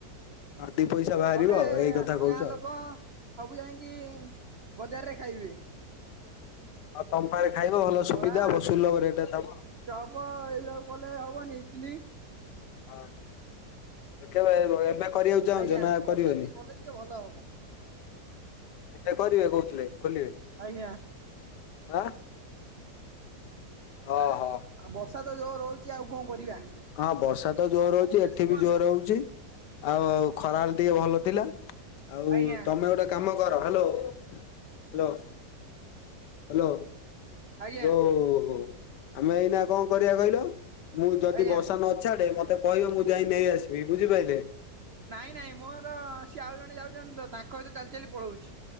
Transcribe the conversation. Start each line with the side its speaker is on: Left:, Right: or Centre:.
Left: ହଁ ଦି ପଇସା ବାହାରିବ
Right: କଲେ
Left: ଆଉ ଏଇ କଥା
Right: ଆମ
Left: କହୁଛ
Right: ଗାଁ
Left: ଆଉ।
Right: ଲୋକ ସବୁ ଯାଇଁକି ବଜାରରେ ଖାଇବେ।
Left: ହଉ ତମ ପାଖରେ ଖାଇବ ଭଲ ସୁବିଧା
Right: ବରା
Left: ହବ ଭଲ ସୁଲଭ ରେଟରେ ଦବ।
Right: ଚପ ଏ ସବୁ କଲେ ହେବନି ଇଟଲି?
Left: ହଁ କେବେ ଏ ଏବେ କରିବାକୁ ଚାହୁଁଚ
Right: ଆଜ୍ଞା
Left: ନା
Right: ତରକାରୀ
Left: କରିବନି?
Right: ଟିକେ କଲେ ଟିକେ ଭଲ ହବ।
Left: ଏବେ କରିବେ କହୁଥିଲେ? ଖୋଲିବେ।
Right: ଆଜ୍ଞା।
Left: ଆଁ ଅ ହୋ।
Right: ଆଉ ବର୍ଷା ତ ଯୋର ହଉଚି ଆଉ କଣ କରିବା।
Left: ହଁ ବର୍ଷା ତ ଜୋର
Right: ଆଉ
Left: ରେ
Right: କଣ
Left: ହଉଚି।
Right: କହୁଛନ୍ତି
Left: ଏଠି
Right: କୁହନ୍ତୁ
Left: ବି ଜୋରରେ ହଉଚି। ଆଉ ଆଉ ଖରାବେଳେ ଟିକେ ଭଲ ଥିଲା। ଆଉ
Right: ଆଜ୍ଞା
Left: ତମେ ଗୋଟେ କାମ କର ହାଲୋ ହାଲୋ ହାଲୋ।
Right: ଆଜ୍ଞା
Left: ଯୋଉ ଆମେ ଏଇନା କଣ କରିବା କହିଲ ମୁଁ
Right: ଆଜ୍ଞା।
Left: ଦି ବର୍ଷା ନଛାଡେ ମତେ କହିବ ମୁଁ ଯାଇ ନେଇ ଆସିବି ବୁଝିପାଇଲେ।
Right: ନାଇଁ ନାଇଁ ମୋର ସିଏ ଆଉ ଜଣେ ଯାଉଚନ୍ତି ତ ତାଙ୍କ ସହିତ ଚାଲି ଚାଲି ପଳଉଚି।